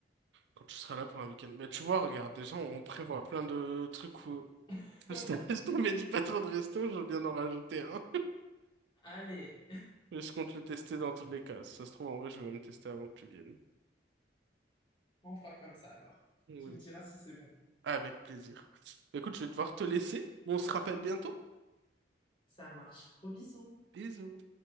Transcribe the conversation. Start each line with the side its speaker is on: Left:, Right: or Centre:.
Right: quand tu seras là pour un week-end. Mais tu vois, regarde, déjà, on prévoit plein de trucs où... <laughs>
Left: <laughs>
Right: Je t'a- je t'avais dit pas trop de resto, je viens d'en rajouter un.
Left: Allez,
Right: Mais je compte le tester dans tous les cas. Si ça se trouve, en vrai, je vais me tester avant que tu viennes.
Left: on fera comme ça alors.
Right: Vas-y.
Left: Tu me diras si c'est bon.
Right: Avec plaisir. Écoute, je vais devoir te laisser. On se rappelle bientôt.
Left: Ça marche. Gros bisous.
Right: Bisous.